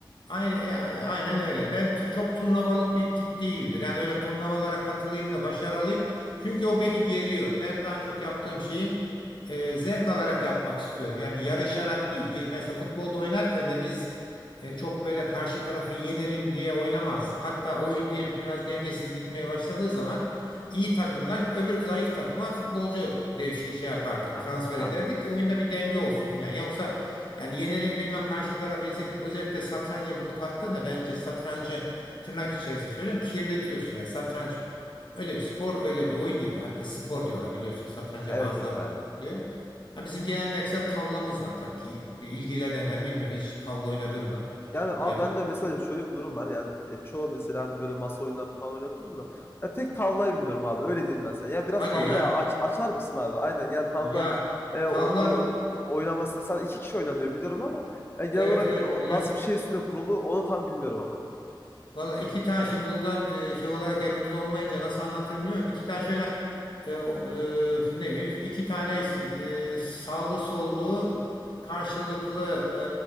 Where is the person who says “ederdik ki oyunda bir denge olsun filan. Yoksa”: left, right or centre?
Left